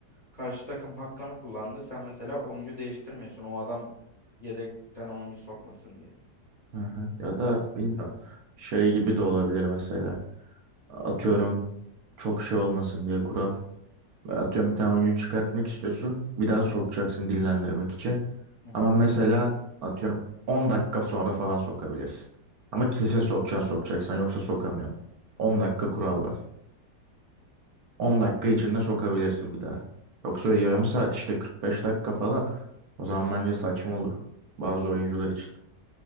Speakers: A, on the left; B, on the right.
A: Karşı takım hakkını kullandı. Sen mesela oyuncu değiştirmiyorsun. O adam yedekten oyuncu sokmasın diye.
B: Hı hı. Ya
A: Ana-
B: da bilmiyorum şey gibi de olabilir mesela. Atıyorum çok şey olmasın diye kural. Atıyorum bir tane oyuncu çıkartmak istiyorsun. Bir daha sokacaksın dinlendirmek için.
A: Hı hı.
B: Ama mesela atıyorum 10 dakika sonra falan sokabilirsin. Ama kesin sokacaksın sokacaksan yoksa sokamıyorsun. 10 dakika kural var. 10 dakika içinde sokabilirsin bir daha. Yoksa yarım saat işte 45 dakika falan. O zaman bence saçma olur bazı oyuncular için.